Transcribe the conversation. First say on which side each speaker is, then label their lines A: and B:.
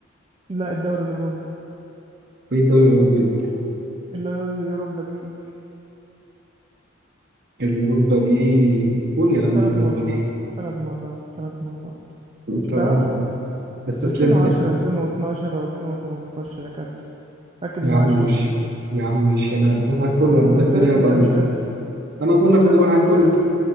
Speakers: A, on the right; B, on the right.
A: لا الدوري الاوروبي
B: ايه الدوري الأوروبي انت
A: اللي هو اليوروبا ليج
B: اليوروبا ليج قول يا عم
A: ثلاث
B: اليوروبا
A: مرات
B: ليج
A: ثلاث مرات ثلاث مرات
B: انت
A: مش
B: اه
A: هتعرفها
B: أنت استسلمت
A: 2010
B: يعني
A: 2012 و2018 يا كابتن ركز
B: يا
A: معايا
B: عم ماشي
A: شويه
B: يا عم ماشي انا هروح اكل
A: ما
B: واجي
A: انا
B: لك
A: قلت
B: تاني
A: لك انت
B: ابقى أقول
A: مش قدي
B: لك. انا بقول لك
A: قلت
B: انا
A: لك
B: هروح
A: انت
B: اكل
A: مش قدي